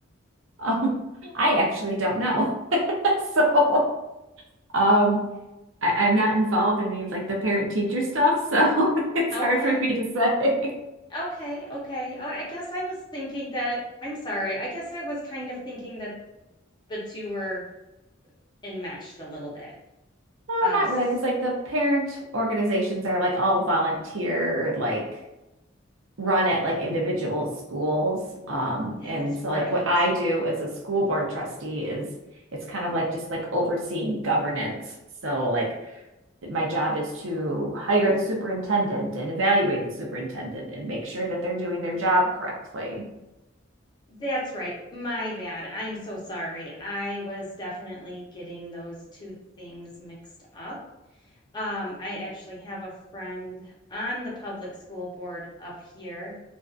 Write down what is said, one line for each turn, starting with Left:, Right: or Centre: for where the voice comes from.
Right: Um, I actually don't know, <laughs> so um, I, I'm not involved in any of like the parent teacher stuff, so <laughs> it's
Left: Okay.
Right: hard for me to say.
Left: Okay, okay. Oh, I guess I was thinking that, I'm sorry. I guess I was kind of thinking that the two were enmeshed a little bit.
Right: No,
Left: Um,
Right: not
Left: s-
Right: really, because like the parent organizations are like all volunteer, like run at like individual schools. Um,
Left: that's
Right: and so
Left: right.
Right: like what I do as a school board trustee is it's kind of like just like overseeing governance. So like my job is to hire the superintendent and evaluate the superintendent and make sure that they're doing their job correctly.
Left: That's right. My bad. I'm so sorry. I was definitely getting those two things mixed up. Um, I actually have a friend on the public school board up here,